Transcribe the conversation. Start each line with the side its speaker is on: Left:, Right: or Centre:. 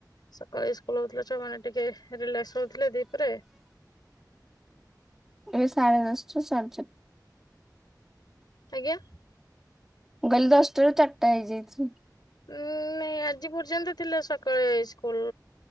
Left: ସକାଳେ ସ୍କୁଲ ହଉଥିଲେ ଛୁଆମାନେ ଟିକେ ରିଲାକ୍ସ ହଉଥିଲେ ଦିପହରେ।
Centre: ଏବେ ସାଢ଼େ ଦଶଟା ସାଢ଼େ ଚାରିଟ
Left: ଆଜ୍ଞା।
Centre: ମୁଁ କହିଲି ଦଶଟାରୁ ଚାଟା ହେଇଯାଇଚି।
Left: ଉଁ ନାଇଁ ଆଜି ପର୍ଯ୍ୟନ୍ତ ଥିଲା ସକାଳେ ସ୍କୁଲ